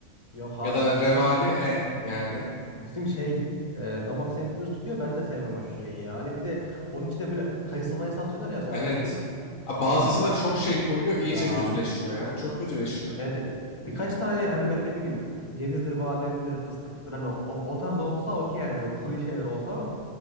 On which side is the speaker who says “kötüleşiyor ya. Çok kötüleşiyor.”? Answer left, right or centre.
Left